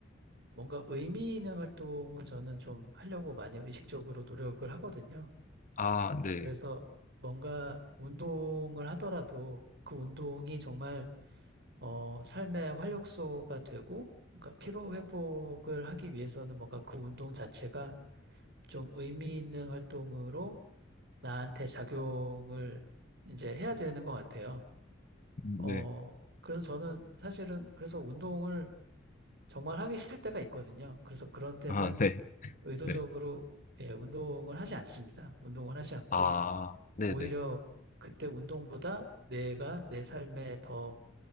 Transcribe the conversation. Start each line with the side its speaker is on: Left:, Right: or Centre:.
Right: 뭔가 의미 있는 활동을 저는 좀 하려고 많이 의식적으로 노력을 하거든요.
Left: 아, 네.
Right: 그래서 뭔가 운동을 하더라도 그 운동이 정말, 어, 삶의 활력소가 되고, 그러니까 피로 회복을 하기 위해서는 뭔가 그 운동 자체가 좀 의미 있는 활동으로 나한테 작용을 이제 해야 되는 것 같아요.
Left: 네.
Right: 어, 그래서 저는 사실은 그래서 운동을 정말 하기 싫을 때가 있거든요. 그래서 그런 때는
Left: 아, 네.
Right: 의도적으로
Left: 네.
Right: 예, 운동을 하지 않습니다. 운동을 하지 않고
Left: 아, 네네.
Right: 오히려 그때 운동보다 내가 내 삶에 더